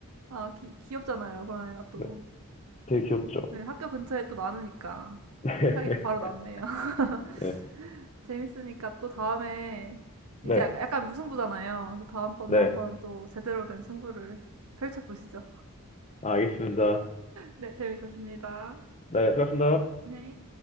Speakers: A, on the right; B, on the left.
A: 아, 귀, 귀엽잖아요, 고양이가 또.
B: 네. 되게 귀엽죠.
A: 어, 네, 학교 근처에 또 많으니까.
B: <laughs>
A: 생각이 바로 났네요. <laughs>
B: 네. 네.
A: 재밌으니까 또 다음에
B: 네.
A: 이제 약- 약간 무승부잖아요. 그래서 다음번에
B: 네.
A: 한번 또 제대로 된 승부를 펼쳐보시죠.
B: 아, 알겠습니다.
A: 네, 재밌었습니다.
B: 네. 수고하셨습니다.
A: 네.